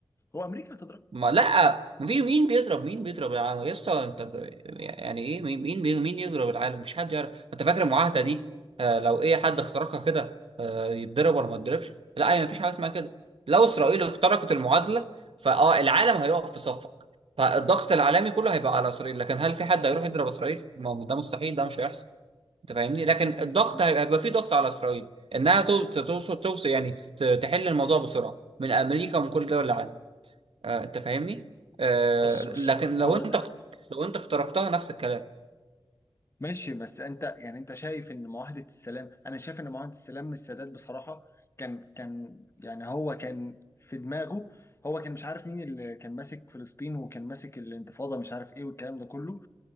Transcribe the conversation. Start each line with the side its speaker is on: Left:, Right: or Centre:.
Left: هو أمريكا هتضربني
Right: ما لا مين مين بيضرب مين بيضرب العالم يا اسطى انت ب- يعني ايه مين مين بي- مين يضرب العالم مش حد يعرف انت فاكر المعاهده دي آه لو ايه حد اخترقها كده آه يتضرب ولا ما يتضربش لا هي مفيش حاجه اسمها كده لو اسرائيل اخترقت المعادله فاه العالم هيقف في صفك فالضغط العالمي كله هيبقى على اسرائيل لكن هل في حد هيروح يضرب اسرائيل ما هو ده مستحيل ده مش هيحصل انت فاهمني لكن الضغط
Left: ما-
Right: هيبقى هيبقى فيه ضغط على اسرائيل انها توصل توصل يعني ت- تحل الموضوع بسرعه من امريكا ومن كل دول العالم آه، انت فاهمني آه،
Left: بص
Right: لكن
Left: بص
Right: لو
Left: هو
Right: انت لو انت اخترقتها نفس الكلام
Left: ماشي بس انت يعني انت شايف ان معاهدة السلام انا شايف ان معاهدة السلام من السادات بصراحة كان كان يعني هو كان في دماغه هو كان مش عارف مين اللي كان ماسك فلسطين وكان ماسك الانتفاضة مش عارف ايه والكلام ده كله